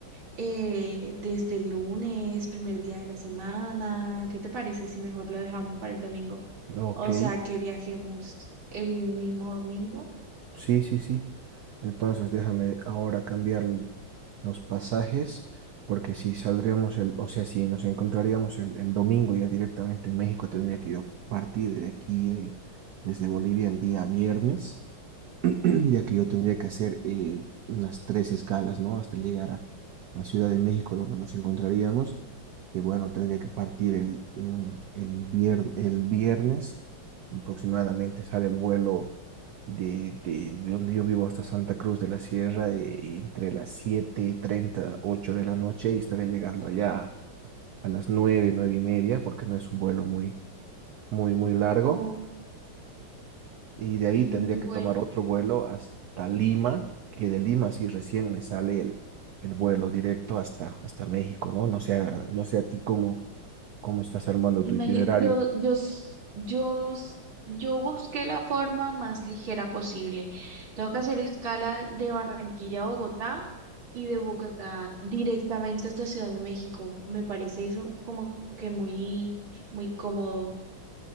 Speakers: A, on the right; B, on the right.
A: eh, desde el lunes, primer día de la semana. ¿Qué te parece si mejor lo dejamos para el domingo?
B: Ok,
A: O sea, que viajemos el mismo domingo.
B: sí, sí, sí. Entonces, déjame ahora cambiar los pasajes, porque si saldríamos el, o sea, si nos encontraríamos el, el domingo ya directamente en México, tendría que yo partir de aquí, de- desde Bolivia, el día viernes. <clears throat> ya que yo tendría que hacer eh, unas tres escalas, ¿no? Hasta llegar a la Ciudad de México, donde nos encontraríamos, que bueno, tendría que partir el, en- el, vier- el viernes, aproximadamente sale el vuelo de, de, de donde yo vivo hasta Santa Cruz de la Sierra, eh, entre las siete treinta ocho de la noche, y estaré llegando allá a las nueve nueve y media, porque no es un vuelo muy, muy, muy largo
A: Ok.
B: y de ahí
A: Mm,
B: tendría que
A: Bueno,
B: tomar otro vuelo hasta Lima, que de Lima sí recién me sale el, el vuelo directo hasta, hasta México, ¿no? No sé, a- no sé a ti cómo, cómo estás armando tu
A: imagi-
B: itinerario,
A: yo, yo, s- yo, s- yo busqué la forma más ligera posible. Tengo que hacer escala de Barranquilla a Bogotá y de Bogotá directamente hasta Ciudad de México. Me parece eso como que muy, muy cómodo.